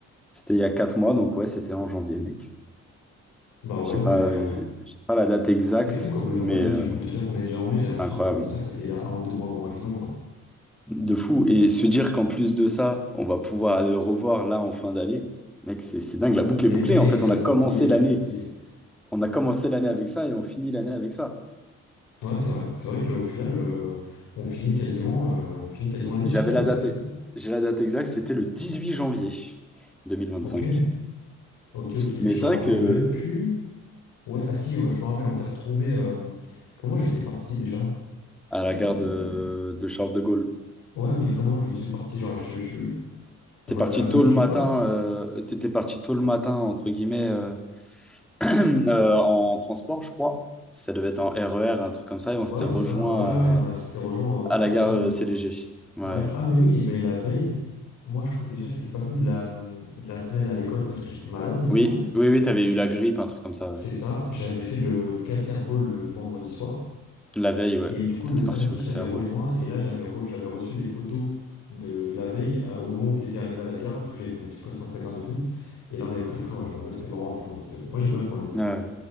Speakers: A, in the centre; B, on the left.
A: C'était il y a quatre mois, donc ouais, c'était en janvier, mec.
B: Bah ouais,
A: J'ai
B: non
A: pas,
B: mais
A: euh,
B: ouais.
A: j'ai pas la date exacte,
B: C'est fou comme le
A: mais
B: temps passe vite,
A: euh,
B: du coup, de te dire qu'on est déjà en mai, j'ai l'impression
A: c'est incroyable.
B: que le concert c'était il y a un ou deux mois grand maximum, quoi.
A: De fou. Et se dire qu'en plus de ça, on va pouvoir le revoir là en fin d'année, mec, c'est c'est dingue. La boucle
B: C'est
A: est bouclée.
B: vrai
A: En fait,
B: que j'avais
A: on a commencé
B: oublié, j'avais
A: l'année
B: oublié.
A: On a commencé l'année avec ça et on finit l'année avec ça.
B: Ouais, c'est vrai, c'est vrai qu'au final, euh, on finit quasiment, euh, on finit quasiment l'année
A: J'avais
B: sur ça, ouais,
A: la
B: c'est
A: date,
B: assez fou.
A: j'ai la date exacte, c'était le 18 janvier deux mille vingt-cinq.
B: Ok, ok, ok,
A: Mais
B: je
A: c'est
B: me rappelle
A: vrai que
B: même plus... Ouais, ah si, ouais, je me rappelle, on s'est retrouvés... euh, Comment j'étais parti déjà?
A: à
B: Euh...
A: la gare de, de Charles de Gaulle,
B: Ouais, mais comment je suis parti? Genre, je, je, On
A: t'es
B: m'avait
A: parti
B: amené
A: tôt
B: quelque
A: le matin,
B: part.
A: euh, t'étais parti tôt le matin entre guillemets euh, <clears throat> euh, en transport, je crois. Ça devait être en RER, un truc comme ça, et on
B: Ouais,
A: s'était rejoint
B: c'est ça. Ah
A: à,
B: ouais, ouais, on a, c'était rejoint au-
A: à la
B: à
A: gare
B: Charles
A: euh,
B: de Gaulle.
A: CDG. Ouais.
B: Ouais,
A: ouais.
B: je- Ah, mais oui, eh ben, la veille, moi, je crois que déjà, j'étais pas venu de la, hum, de la semaine à l'école parce que j'étais malade, il me
A: Oui,
B: semble.
A: oui, oui, t'avais eu la grippe, un truc comme ça.
B: C'est
A: ouais.
B: ça. J'avais fait le Casserball le vendredi soir.
A: La veille, ouais.
B: Et du coup, le
A: T'étais
B: samedi,
A: parti au Kosovo.
B: je t'avais rejoint.
A: Ouais.
B: Et là, j'avais re- j'avais reçu les photos de la veille euh, au moment où t'étais arrivé à la gare. Du coup, j'avais fait mon petit post Instagram et tout. Et là, on avait pris le train. Ouais, je me rappelle, c'était marrant le train aussi. ouais. Moi, j'aime bien prendre le train.
A: ouais.